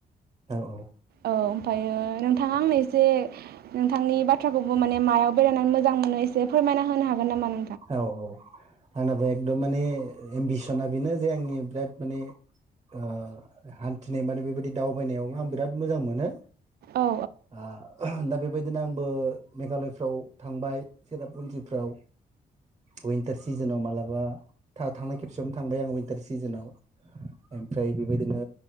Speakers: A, on the right; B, on the right.
A: औ औ।
B: औ ओमफ्रायो नोंथाङा आंनो एसे नोंथांनि बाथ्राखौबो माने मायाव बेरायनानै मोजां मोनो एसे फोरमायना होनो हागोन नामा नों
A: औ औ। आंनाबो एकदम माने एम्बिसना बेनो जे आंनि बिराद माने ओ हान्थिनाय माने बेबायदि दावबायनायावबो आं बिराद मोजां मोनो।
B: औ
A: आह बायदिनो आंबो मेघालयफ्राव थांबाय सिरापुन्जिफ्राव उइन्टार सिजोनाव मालाबा था थांनाय खेबसेयावनो थांबाय आंङो उइन्टार सिजोनाव ओमफ्राय बेबायदिनो